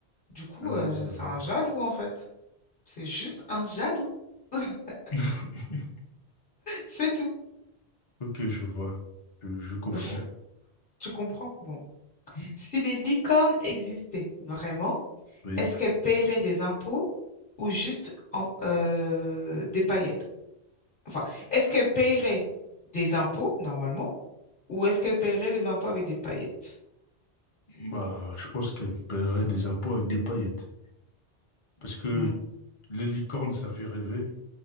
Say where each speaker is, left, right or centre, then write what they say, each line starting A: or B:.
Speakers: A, on the left; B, on the left.
A: Du coup,
B: ah
A: euh,
B: oui, c'est
A: c'est
B: vrai.
A: un jaloux, en fait. C'est juste un jaloux. <laughs>
B: <laughs>
A: C'est tout.
B: Ok, je vois. Je, je comprends.
A: <laughs> Tu comprends? Bon.
B: Mm.
A: Si les licornes existaient vraiment,
B: Oui.
A: est-ce qu'elles paieraient des impôts ou juste en- euh, des paillettes? Enfin, est-ce qu'elles paieraient des impôts normalement ou est-ce qu'elles paieraient des impôts avec des paillettes?
B: Bah, je pense qu'elle paierait des impôts avec des paillettes. Parce que
A: Hmm.
B: les licornes, ça fait rêver.